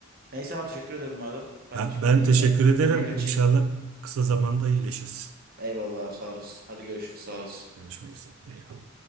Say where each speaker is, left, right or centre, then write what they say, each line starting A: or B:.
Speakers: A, on the right (about 45°); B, on the right (about 85°).
A: Neyse abi teşekkür ederim madem. Ben
B: Ben,
A: şimdi
B: ben
A: yeme
B: teşekkür
A: yemeğe
B: ederim.
A: kaçayım.
B: İnşallah kısa zamanda iyileşirsin.
A: Eyvallah abi sağ olasın. Hadi görüşürüz sağ olasın.
B: Görüşmek üzere. Eyvallah.